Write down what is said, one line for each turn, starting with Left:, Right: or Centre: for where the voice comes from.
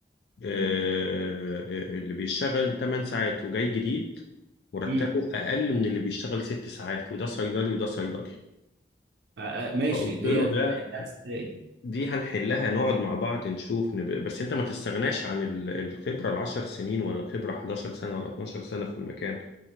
Left: آه، آه، اللي بيشتغل 8 ساعات وجاي جديد مرتبه
Right: امم
Left: اقل من اللي بيشتغل 6 ساعات وده صيدلي وده صيدلي
Right: آه، آه، ماشي
Left: فقلت
Right: ديت
Left: له ده
Right: هتحلها ازاي
Left: دي هنحلها نقعد مع بعض نشوف نب... بس انت ما تستغناش عن ال- الخبرة العشر سنين ولا خبرة 11 سنة ولا 12 سنة في المكان